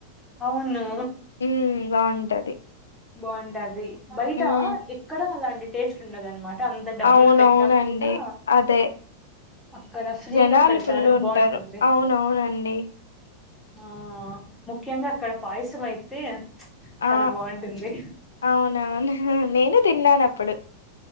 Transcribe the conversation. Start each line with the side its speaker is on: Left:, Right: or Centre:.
Centre: అవును
Left: ఉమ్ బాగుంటది
Centre: బాగుంటది బయట
Left: ఉమ్
Centre: ఎక్కడా అలాంటి టేస్ట్ ఉండదనమాట అంత డబ్బులు
Left: అవునవునండి
Centre: పెట్టినా కూడా
Left: అదే
Centre: అక్కడ ఫ్రీగా
Left: జనాలు
Centre: పెడతారు
Left: ఫుల్ ఉంటారు
Centre: బాగుంటుంది
Left: అవునవునండి
Centre: ఆ ముఖ్యంగా అక్కడ పాయసం అయితే
Left: ఆ
Centre: చానా బాగుంటుంది
Left: అవునవును నేను తిన్నాను అప్పుడు